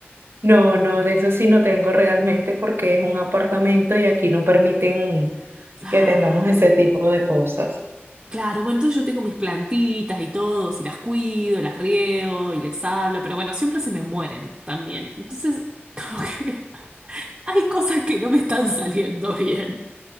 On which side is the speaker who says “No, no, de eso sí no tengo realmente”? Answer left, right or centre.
Right